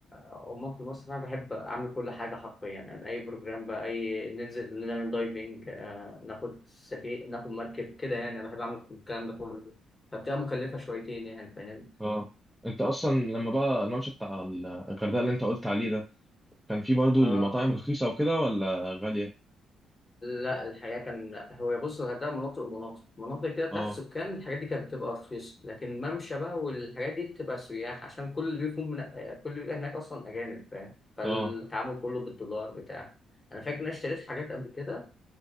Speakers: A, on the left; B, in the centre.
A: عموما في المصيف أنا بحب أعمل كل حاجة حرفيا يعني أي بروجرام بقى أي ننزل نعمل دايفنج آه ناخد سفينة ناخد مركب كده يعني أنا بحب أعمل الكلام ده كله فبتبقى مكلفة شويتين يعني فاهم
B: اه انت اصلا لما بقى الممشى بتاع الغردقه اللي انت قلت عليه ده كان فيه برضو
A: اه
B: المطاعم رخيصه وكده ولا غاليه
A: لا الحقيقة كان هو بص الغردقة مناطق ومناطق مناطق كده بتاعت
B: اه
A: السكان الحاجات دي كانت بتبقى رخيصة لكن ممشى بقى والحاجات دي بتبقى سياح عشان كل اللي بيفهم من كل اللي بيبقى هناك أصلا أجانب فاهم فالتعامل
B: اه
A: كله بالدولار بتاع أنا فاكر إن أنا اشتريت حاجات قبل كده